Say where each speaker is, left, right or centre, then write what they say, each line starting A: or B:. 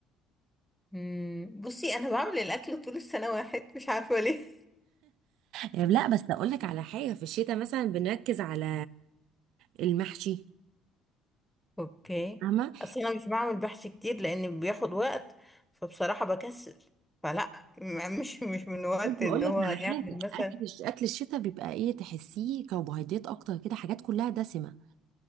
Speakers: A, in the centre; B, on the right.
A: مم، بصي انا بعمل الاكل طول السنة واحد مش عارفة ليه
B: يعني لا بس أقول لك على حاجة في الشتاء مثلا بنركز على المحشي
A: اوكي
B: فاهمة
A: اصل انا مش بعمل بحث كتير لان بياخد وقت فبصراحة بكسل فلا م- مش مش من وقت
B: برضه
A: ان
B: اقول
A: هو
B: لك على
A: يعمل
B: حاجه
A: مثلا
B: اكل الش- اكل الشتاء بيبقى ايه تحسيه كربوهيدرات اكتر كده حاجات كلها دسمه